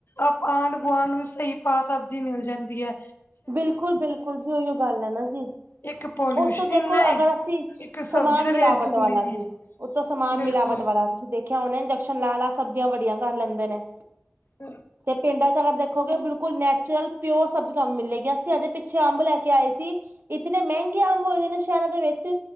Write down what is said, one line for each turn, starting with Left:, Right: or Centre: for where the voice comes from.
Left: ਆਪਾਂ ਆਂਢ ਗੁਆਂਢ ਨੂੰ ਵੀ ਸਹੀ ਭਾ ਸਬਜ਼ੀ ਮਿਲ ਜਾਂਦੀ ਐ।
Right: ਬਿਲਕੁਲ-ਬਿਲਕੁਲ ਜੀ ਏਈਓ ਗੱਲ ਹੈ ਨਾ ਜੀ।
Left: ਇੱਕ ਪੋਲਿਊਸ਼ਨ
Right: ਓ ਤੇ ਦੇਖੋ
Left: ਇੰਨਾ ਏ
Right: ਅਗਰ ਅਸੀਂ
Left: ਇੱਕ
Right: ਸਮਾਨ
Left: ਸਬਜ਼ੀ ਦੇ ਰੇਟ
Right: ਮਿਲਾਵਟ
Left: ਦੁੱਗਣੇ
Right: ਵਾਲਾ
Left: ਨੇ
Right: ਜੀ ਉੱਤੋਂ ਸਮਾਨ
Left: ਬਿਲਕੁਲ
Right: ਮਿਲਾਵਟ ਵਾਲਾ, ਤੁਸੀਂ ਦੇਖਿਆ ਹੋਣਾ ਇੰਜੈਕਸ਼ਨ ਲਾ ਲਾ ਸਬਜ਼ੀਆਂ ਵੱਡੀਆਂ ਕਰ ਲੈਂਦੇ ਨੇ।
Left: ਹੂੰ।
Right: ਤੇ ਪਿੰਡਾਂ 'ਚ ਅਗਰ ਦੇਖੋਗੇ ਬਿਲਕੁਲ ਨੈਚੁਰਲ ਪਿਓਰ ਸਬਜ਼ੀ ਤੁਹਾਨੂੰ ਮਿਲੇਗੀ। ਕਿ ਅਸੀਂ ਅਜੇ ਪਿੱਛੇ ਅੰਬ ਲੈ ਕੇ ਆਏ ਸੀ, ਇਤਨੇ ਮਹਿੰਗੇ ਅੰਬ ਹੋਗੇ ਨੇ ਸ਼ਹਿਰਾਂ ਦੇ ਵਿੱਚ।